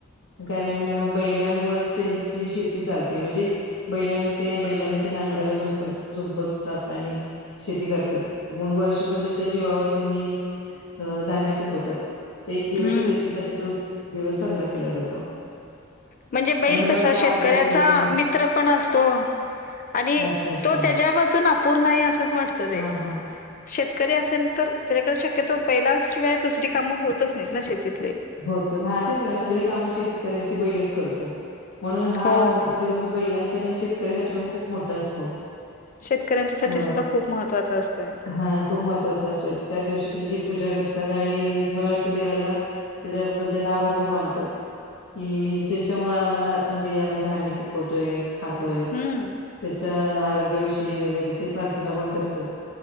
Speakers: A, on the left; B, on the left.
A: कारण बैलांमुळे त्यांची शेती चालते म्हणजे बैलां ते बैलांना ते नांगराला झुंपत झुंपवतात. आणि शेती करतात. मग वर्षभर जाच्या जीवावर त्यांनी धान्य पिकवतात. होतेत, एक दिवस
B: हम्म
A: त्याच्यासाठी तो दिवस साजरा केला जातो.
B: म्हणजे बैल
A: आणि मला
B: कसं
A: वाटते आपल्या
B: शेतकऱ्याचा
A: इकडे पण
B: मित्र पण असतो. आणि
A: अच्छा अच्छा
B: तो त्याच्यावाचून अपूर्ण आहे असंच वाटतं ते.
A: हा हा
B: शेतकरी असेल तर त्याच्याकडे शक्यतो बैलाशिवाय दुसरी कामं होतच नाहीत ना शेतीत.
A: होत हा तेच ना, सगळी कामं शेतकऱ्याची बैलच करतो. म्हणून हा
B: हो.
A: दिवस बैलांसाठी अन शेतकऱ्यासाठी पण खूप मोठा असतो.
B: शेतकऱ्यांच्यासाठी
A: अ
B: सुद्धा खूप महत्त्वाचं असतंय.
A: हा, खूप महत्वाचा असतंय, त्या दिवशी त्याची पूजा करतात आणि मला वाटतंय देवाला त्याच्याबद्दल आभार पण मानतात. की ज्याच्यामुळे आम्हाला, म्हणजे आम्ही धान्य पिकवतोय खातोय,
B: हम्म.
A: त्याच्या आरोग्याविषयी वगैरे ते प्रार्थना पण करतात.